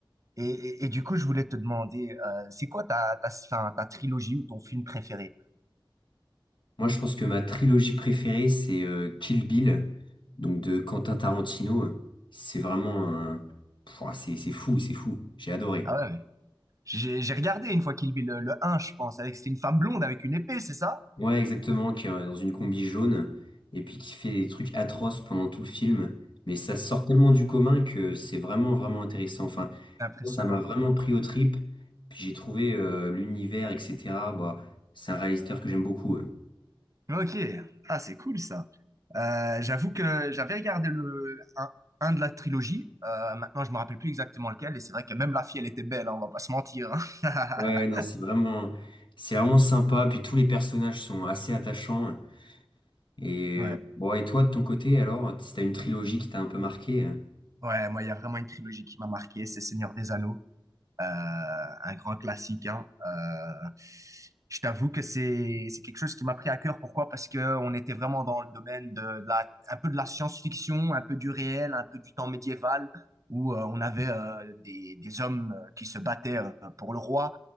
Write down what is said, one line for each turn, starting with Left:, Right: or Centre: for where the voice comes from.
Right: Et, et- et du coup, je voulais te demander, euh, c'est quoi ta, ta, enfin, ta trilogie ou ton film préféré?
Left: Moi je pense que ma trilogie préférée c'est euh, Kill Bill, donc de Quentin Tarantino, euh. c'est vraiment un... Pouah, c'est c'est fou, c'est fou, j'ai adoré.
Right: Ah ouais, j'ai j'ai regardé une fois Kill Bill, le, le un, je pense, avec c'était une femme blonde avec une épée, c'est ça?
Left: Ouais, exactement, qui est euh, dans une combi jaune, et puis qui fait des trucs atroces pendant tout le film. Mais ça sort tellement du commun que c'est vraiment, vraiment intéressant. Enfin,
Right: Impressionnant,
Left: moi, ça m'a
Right: quoi.
Left: vraiment pris aux tripes. Puis j'ai trouvé euh, l'univers, etc. Bah, c'est un réalisateur que j'aime beaucoup. euh.
Right: Ok, ah, c'est cool ça. Euh, j'avoue que j'avais regardé le un, un de la trilogie, Euh, maintenant je me rappelle plus exactement lequel, et c'est vrai que même la fille, elle était belle, hein, on va pas se mentir. hein. <laughs>
Left: Ouais, ouais, non, c'est vraiment, c'est vraiment sympa. Puis tous les personnages sont assez attachants. Et
Right: Ouais,
Left: euh, bon, et toi, de ton côté, alors, si t'as une trilogie qui t'a un peu marqué, euh,
Right: ouais, moi, il y a vraiment une trilogie qui m'a marqué, c'est Seigneur des Anneaux, Euh, un grand classique, hein. Euh, je t'avoue que c'est c'est quelque chose qui m'a pris à cœur. Pourquoi? Parce que on était vraiment dans le domaine de, de la un peu de la science-fiction, un peu du réel, un peu du temps médiéval, où euh, on avait euh, des, des hommes euh, qui se battaient euh, pour le roi,